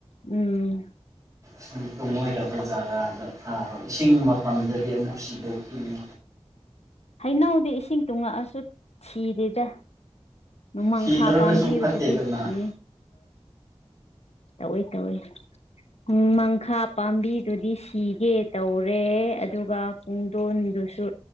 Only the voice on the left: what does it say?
ꯎꯝ
ꯍꯩꯅꯧꯗꯤ ꯏꯁꯤꯡ ꯇꯨꯡꯉꯛꯑꯁꯨ ꯁꯤꯗꯦꯗ ꯅꯣꯃꯥꯡꯈꯥ
ꯄꯥꯝꯕꯤ
ꯑꯗꯨꯗꯤ ꯁꯤꯌꯦ ꯇꯧꯏ ꯇꯧꯏ ꯎꯨꯡ ꯂꯣꯃꯥꯡꯈꯥ ꯄꯥꯝꯕꯤꯗꯨꯗꯤ ꯁꯤꯒꯦ ꯇꯧꯔꯦ ꯑꯗꯨꯒ ꯄꯨꯡꯗꯣꯟꯗꯨꯁꯨ